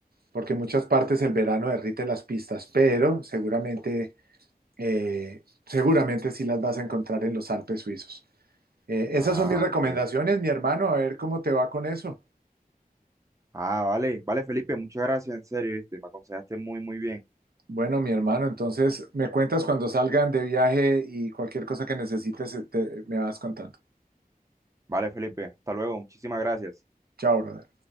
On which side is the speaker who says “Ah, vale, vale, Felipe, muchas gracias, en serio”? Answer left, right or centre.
Right